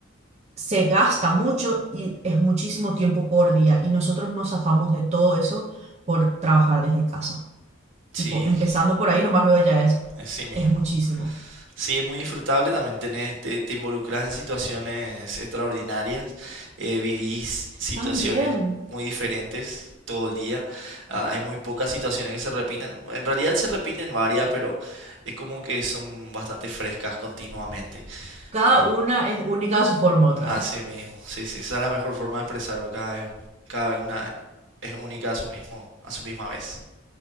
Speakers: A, on the right; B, on the right.
A: se gasta mucho y es muchísimo tiempo por día y nosotros nos zafamos de todo eso por trabajar desde casa.
B: Sí,
A: Tipo, empezando por ahí, nomás luego ya es,
B: así mismo.
A: es muchísimo.
B: Sí, es muy disfrutable, también tenés, te, te involucras en situaciones extraordinarias, eh, vivís situaciones
A: También,
B: muy diferentes todo el día, ah, hay muy pocas situaciones que se repitan, en realidad se repiten varias, pero es como que son bastante frescas continuamente.
A: cada
B: Sí.
A: una es única a su forma otra
B: Así
A: vez.
B: mismo, sí, sí, esa es la mejor forma de expresarlo, cada vez, cada vez una es única a su mismo, a su misma vez.